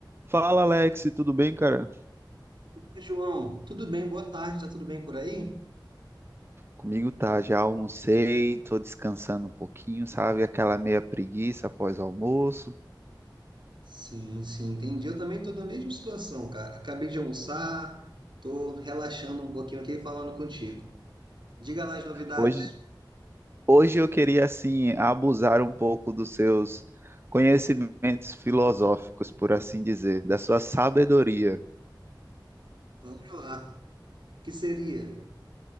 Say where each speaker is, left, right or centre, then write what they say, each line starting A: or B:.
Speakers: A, on the right; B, on the right.
A: Fala, Alex, tudo bem, cara?
B: Oi, João, tudo bem? Boa tarde, tá tudo bem por aí?
A: Comigo tá, já almocei, tô descansando um pouquinho, sabe? Aquela meia preguiça após o almoço.
B: Sim, sim, entendi. Eu também tô na mesma situação, cara. Acabei de almoçar, tô relaxando um pouquinho aqui e falando contigo. Diga lá as novidades.
A: Hoje, hoje eu queria, assim, abusar um pouco dos seus conhecimentos filosóficos, por assim dizer, da sua sabedoria.
B: Vamos lá. O que seria?